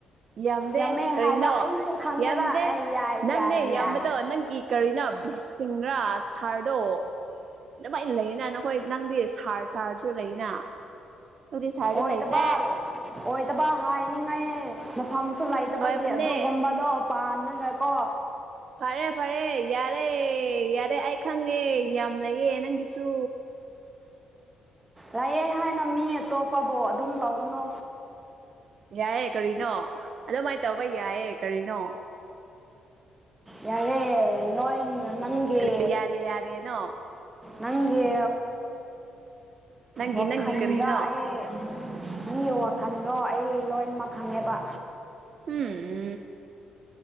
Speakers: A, on the right; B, on the right.
A: ꯌꯥꯝꯗꯦ
B: ꯌꯥꯝꯃꯦ
A: ꯀꯔꯤꯅꯣ
B: ꯍꯥꯏꯕ ꯑꯩꯁꯨ ꯈꯪꯉꯦꯕ
A: ꯌꯥꯝꯗꯦ
B: ꯑꯩ ꯌꯥꯏ
A: ꯅꯪꯅꯦ
B: ꯌꯥꯏ
A: ꯌꯥꯝꯕꯗꯣ
B: ꯌꯥꯏ
A: ꯅꯪꯒꯤ ꯀꯔꯤꯅꯣ ꯕ꯭ꯂꯦꯁꯤꯡꯔꯥ ꯁꯥꯔꯗꯣ ꯑꯗꯨꯃꯥꯏꯅ ꯂꯩꯅ ꯅꯈꯣꯏ ꯅꯪꯗꯤ ꯁꯥꯔ ꯁꯥꯔꯁꯨ ꯂꯩꯅ ꯑꯗꯨꯗꯤ ꯁꯥꯔꯗꯤ
B: ꯑꯣꯏꯇꯕ
A: ꯂꯩꯇꯦ
B: ꯑꯣꯏꯇꯕ ꯍꯥꯏꯅꯤꯡꯉꯥꯏ ꯃꯇꯝꯁꯨ ꯂꯩꯇꯕꯒꯤ
A: ꯑꯣꯏꯕꯅꯦ
B: ꯑꯗꯨꯒꯨꯝꯕꯗꯣ ꯄꯥꯟꯅꯒꯀꯣ
A: ꯐꯔꯦ ꯐꯔꯦ ꯌꯥꯔꯦ ꯌꯥꯔꯦ ꯑꯩ ꯈꯪꯉꯦ ꯌꯥꯝ ꯂꯩꯌꯦ ꯅꯪꯒꯤꯁꯨ
B: ꯂꯩꯌꯦ ꯍꯥꯏꯅ ꯃꯤ ꯑꯇꯣꯞꯄꯕꯨ ꯑꯗꯨꯝ ꯇꯧꯒꯅꯨ
A: ꯌꯥꯏꯌꯦ ꯀꯔꯤꯅꯣ ꯑꯗꯨꯃꯥꯏꯅ ꯇꯧꯕ ꯌꯥꯏꯌꯦ ꯀꯔꯤꯅꯣ
B: ꯌꯥꯔꯦ ꯅꯣꯏ ꯅꯪꯒꯤ
A: ꯀꯔꯤ ꯌꯥꯔꯦ ꯌꯥꯔꯦꯅꯣ
B: ꯅꯪꯒꯤ
A: ꯅꯪꯒꯤ
B: ꯋꯥꯈꯜꯗ
A: ꯅꯪꯒꯤ ꯀꯔꯤꯅꯣ
B: ꯑꯩ ꯅꯪꯒꯤ ꯋꯥꯈꯜꯗꯣ ꯑꯩ ꯂꯣꯏꯅꯃꯛ ꯈꯪꯉꯦꯕ
A: <unintelligible>